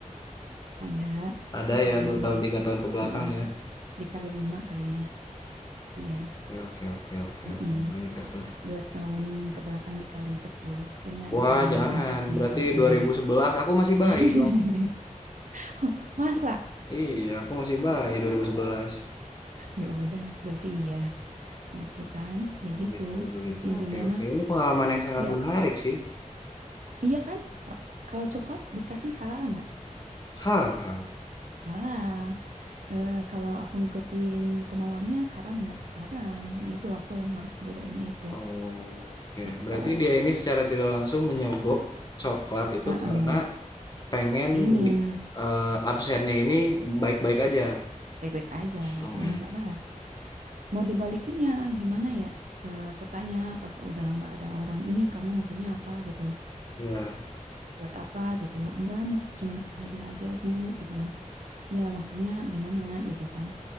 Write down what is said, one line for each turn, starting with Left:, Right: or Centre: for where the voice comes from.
Right: Ada
Left: Ada
Right: dikali
Left: ya, dua tahun, tiga tahun ke belakang
Right: heeh,
Left: ya.
Right: dikali lima kalinya. ya. Iya,
Left: Oke, oke, oke, oke,
Right: heeh.
Left: oke. Baik, itu.
Right: Dua tahun ke belakang dikali sepuluh, eh, enggak
Left: Wah,
Right: dikali
Left: jangan.
Right: empat
Left: Berarti
Right: ya, heeh,
Left: dua
Right: enggak.
Left: ribu sebelas aku masih
Right: <laughs>
Left: bayi dong.
Right: Oh, Masa?
Left: Iya, aku masih bayi dua ribu sebelas
Right: Ya udah, berarti iya, gitu kan? Ya
Left: Begitu,
Right: gitu,
Left: begitu.
Right: intinya
Left: Oke, oke.
Right: mah,
Left: Ini pengalaman yang sangat
Right: ya
Left: menarik sih.
Right: iya kan? Kalau coklat dikasih halal enggak?
Left: Hal, hal.
Right: Halal. eh, kalau aku ngikutin kemauannya haram nggak? Haram. Nah, itu aku yang harus kebedainnya itu.
Left: Oh, Oke,
Right: Gitu.
Left: berarti dia ini secara tidak langsung menyogok coklat itu
Right: Heeh.
Left: karena pengen
Right: Ingin
Left: eh, absennya ini baik-baik aja.
Right: baik-baik aja
Left: Oh,
Right: gitu. Enggak lah. Mau dibalikin ya gimana ya? Eh, aku tanya pas udah nggak ada orang. Ini kamu maksudnya apa gitu?
Left: ya.
Right: Buat apa gitu? Enggak, mau cuman kasih hadiah aja bu gitu kan. Ya maksudnya gimana gitu kan.